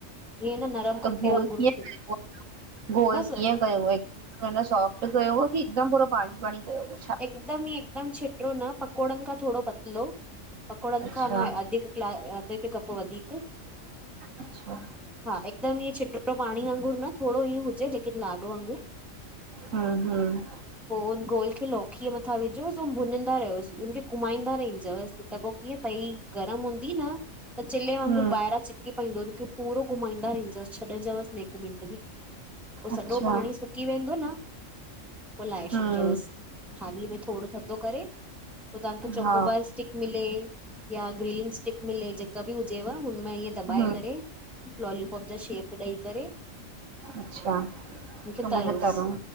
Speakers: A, in the centre; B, on the right.
A: ईय न <unintelligible>
B: त घोल
A: वांगुरु
B: किय
A: थी वञे
B: कयुव <unintelligible> गोल
A: बसि
B: कीअं कयुव अञा सोफ्ट कयोव की हिकदम पूरो पाणी-पाणी कयुव?
A: एकदम ई एकदम छिट्रों न, पकोड़नि खां थोरो पतलो। पकोड़नि
B: अच्छा
A: खां न अध क्लास <unintelligible> अध हिकु कप वधीक
B: अच्छा।
A: हा एकदमि ईअं छिट्रों पाणी वांगुरु न, थोरो ईअं हुजे लेकिन लाॻ वांगुरु।
B: हम्म-हम्म
A: पो हुन घोल खे लौकीअ मथां विझोसि अउ भुञंदा रहियोसि हुनखे घुमाईंदा रहंदजसि त पो कीअं तई गरम हूंदी न त चिल्ले वांगुर
B: हम
A: ॿाहिरां चिपकी पईंदो तोखे पूरो घुमाईंदा रहजोसि छॾजोसि न हिक मिनंट बि। पो
B: अच्छा
A: सॼो पाणी सुकी वेंदो न पो लाहे छॾिजो
B: हम
A: बस थाली में थोरो थधो करे पो तव्हांखे चोको
B: हा
A: बस स्टिक मिले या ग्रीन स्टिक मिले जेका बि हुजेव हुनम दॿाए
B: हम
A: करे लॉलीपॉप जा शेप ॾेई करे
B: अच्छा
A: उनखे
B: हुनखे
A: तरोस,
B: तरूं